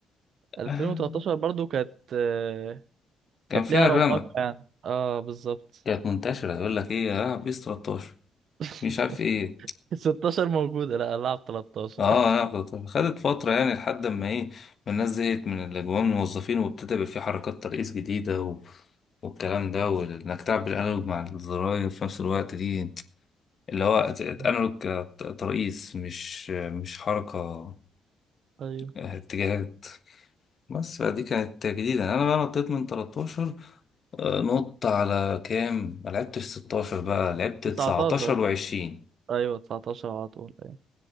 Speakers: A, on the right; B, on the left.
A: 2013
B: آه،
A: برضه كانت آه، كانت
B: كان فيها
A: ليها رونقها
B: الرمق
A: يعني اه بالظبط
B: كانت منتشره يقول لك ايه العب بيس 13
A: <laughs>
B: مش عارف ايه
A: 16 موجوده لا العب 13
B: اه انا كنت- خدت فترة يعني لحد ما ايه ما الناس زهقت من الاجواء من الموظفين وابتدى يبقى في حركات ترقيص جديدة و... والكلام ده وانك تعبر الانالوج مع الزراير في نفس الوقت دي اللي هو ت-
A: <laughs>
B: انالوج ت- ترقيص مش مش حركة
A: ايوه
B: آه، اتجاهات بس فدي كانت جديدة انا بقى نطيت من 13 آه، نط على كام ما لعبتش 16 بقى لعبت
A: 19
B: 19 و20
A: ايوه 19 على طول ايوه